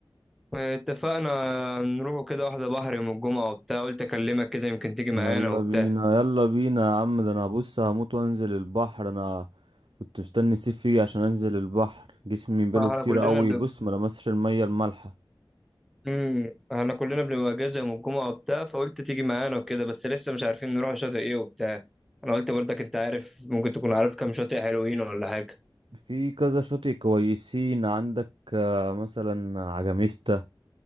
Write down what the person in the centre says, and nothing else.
اتفقنا نروحوا كده واحده بحر يوم الجمعه وبتاع قلت اكلمك كده يمكن تيجي
معانا وبتاع
احنا
كلنا
امم احنا كلنا بنبقى اجازه يوم الجمعه وبتاع فقلت تيجي معانا وكده بس لسه مش عارفين نروح شاطئ ايه وبتاع انا قلت برضك انت عارف ممكن تكون عارف كام شاطئ حلوين ولا حاجه